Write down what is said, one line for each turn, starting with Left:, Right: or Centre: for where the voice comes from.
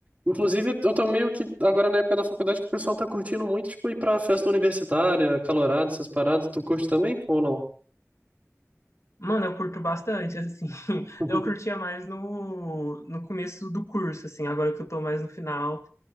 Right: Inclusive, eu tô meio que agora na época da faculdade que o pessoal tá curtindo muito, tipo, ir pra festa universitária, calorado, essas paradas. Tu curte também ou não?
Left: Mano, eu curto bastante, assim. <laughs>
Right: <laughs>
Left: Eu curtia mais no, no começo do curso, assim. Agora que eu tô mais no final,